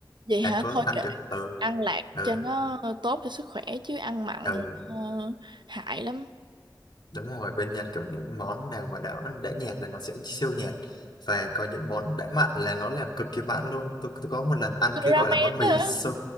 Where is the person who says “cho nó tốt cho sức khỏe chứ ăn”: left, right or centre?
Right